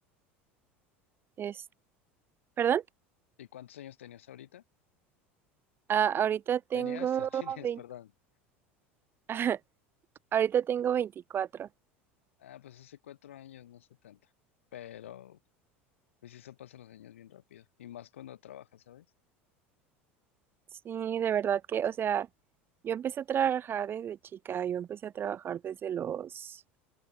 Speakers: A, on the right (about 35°); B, on the left (about 80°).
A: Es, ¿perdón?
B: ¿Y cuántos años tenías ahorita?
A: Ah, ahorita
B: ¿Tenías
A: tengo
B: o tienes,
A: veinte
B: <laughs> perdón?
A: <laughs> ahorita tengo veinticuatro
B: Ah, pues hace cuatro años, no sé tanto. Pero, pues eso pasa los años bien rápido. Y más cuando trabajas, ¿sabes?
A: Sí, de verdad que, o sea, yo empecé a trabajar desde chica, yo empecé a trabajar desde los,